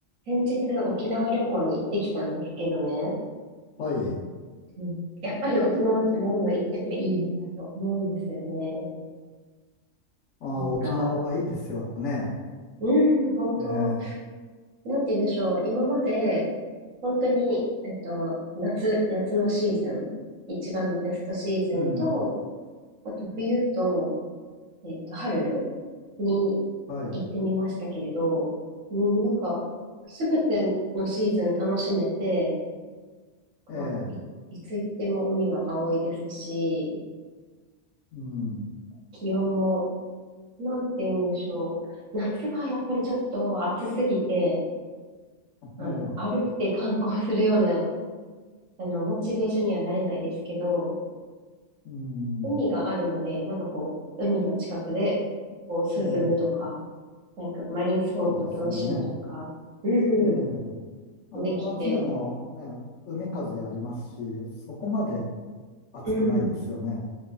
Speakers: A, on the right (about 80°); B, on the left (about 75°).
A: 先日沖縄旅行に行ってきたんですけどね。
B: はい。
A: うん、やっぱり沖縄って何度行ってもいいなと思うんですよね。
B: あ沖縄いいですよね。
A: なんか、うん、本当、
B: ええ、
A: なんて言うんでしょう。今まで、本当に、えっと、夏、夏のシーズン、一番のベストシーズンと、
B: うん。
A: あと冬と、えっと、春に
B: はい。
A: 行ってみましたけれど、うん、なんか、すべてのシーズン楽しめて、か、
B: ええ、
A: い、いつ行っても海は青いですし、
B: うん。
A: 気温も、なんて言うんでしょう。夏はやっぱりちょっと暑すぎて、あの、
B: ええ、
A: 歩いて観光するような、あの、モチベーションにはなれないですけど、
B: うん。
A: 海があるので、なんかこう、海の近くで、こう、
B: ええ、
A: 涼むとか、なんかマリンスポーツを楽しむとか、
B: そうですよね。
A: うん、
B: ええ、あの、
A: できて、
B: 夏でもね、海風ありますし、そこまで暑くないですよね。
A: うん。